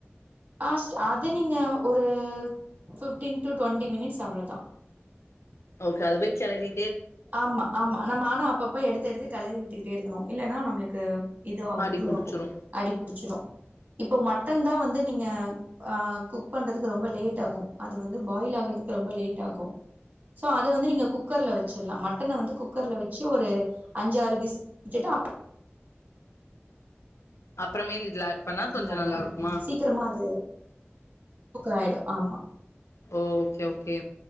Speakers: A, on the right; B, on the left.
A: அ ஸ் அது நீங்க ஒரூ ஃபிஃப்டீன் டு டுவெண்ட்டி மினிட்ஸ் அவ்ளோதா
B: ஓகே அதுவே கெளரி
A: ஆமா ஆமா நம்ம ஆனா அப்பப்ப எடுத்து எடுத்து கெளரி விட்டுக்கிட்டே இருக்கணு இல்லன்னா நம்ளுக்கு இதுவாகு
B: அடி
A: இதுவாகு
B: புடிச்சிரு
A: அடிப்புடிச்சிரு இப்போ ம மட்டன் தா வந்து நீங்க அ குக் பண்றதுக்கு ரொம்ப லேட் ஆகோ அது வந்து பாயில் ஆகறதுக்கு ரொம்ப லேட் ஆ கோ சோ அத வந்து நீங்க குக்கர்ல வச் சுலா மட்டன வந்து குக்கர்ல வெச்சு ஒரு அஞ்சாறு விசு வெச்சுட்டு அப் <inaudible>
B: அப்பறமேலு இதுல ஆட் பண்ணா கொஞ்சோ
A: கெடையாது
B: நல்லா இருக்குமா
A: சீக்கிரமா அது குக் ஆயிடோ ஆமா
B: ஓகே ஓகே